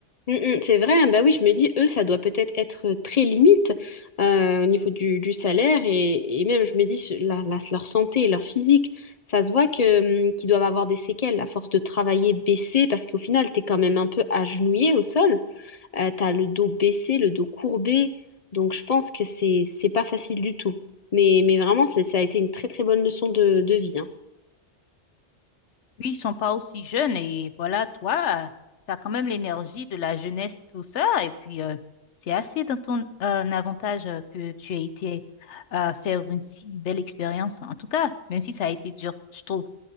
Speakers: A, on the left (about 40°); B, on the left (about 80°).
A: Mm, mm, c'est vrai, hein. bah oui, je me dis, eux, ça doit peut-être être euh, très limite euh, au niveau du, du salaire et, et même, je me dis, ce- la- la- leur santé et leur physique, ça se voit que, hum, qu'ils doivent avoir des séquelles à force de travailler baissé parce qu'au final, t'es quand même un peu agenouillé au sol. euh, t'as le dos baissé, le dos courbé. Donc je pense que c'est c'est pas facile du tout. Mais, mais vraiment, c'est- ça a été une très très bonne leçon de, de vie. hein.
B: Oui, ils sont pas aussi jeunes et voilà, toi, tu as quand même l'énergie de la jeunesse, tout ça. Et puis, euh, c'est assez dans ton euh, avantage euh, que tu aies été euh, faire une si belle expérience. En tout cas, même si ça a été dur, je trouve.